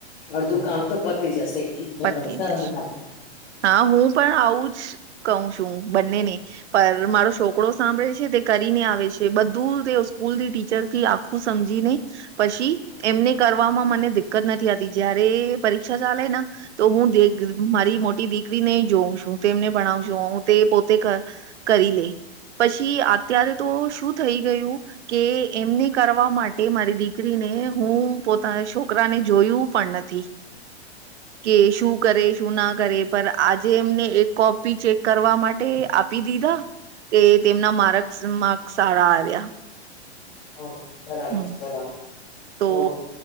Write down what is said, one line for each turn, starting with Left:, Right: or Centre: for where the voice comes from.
Left: અડધું કામ તો પતી જશે
Right: પતી
Left: સરળતાથી
Right: જશે હા હું પણ આવું જ કહ છું બંનેને પર મારો છોકરોો સાંભળે છે તે કરીને આવે છે બધું તે સ્કૂલ થી ટીચરથી આખું સમજીને પછી એમને કરવામાં મને દિકકત નથી આવતી જયારે પરીક્ષા ચાલે ને તો હું દેગ મારી મોટી દીકરીને જોઉં છું તેમને ભણાવશું હું તે પોતે કરી લે પછી અત્યારે તો શું થઈ ગયું કે એમને કરવા માટે મારી દીકરીને હું પોતાના છોકરાને જોયું પણ નથી કે શું કરે શું ના કરે પર આજે એમને એક કોપી ચેક કરવા માટે આપી દીધા તે તેમના માર્ક માર્કસ સારા આવ્યા
Left: હા બરાબર
Right: હમ્મ
Left: બરાબર
Right: તો
Left: હમ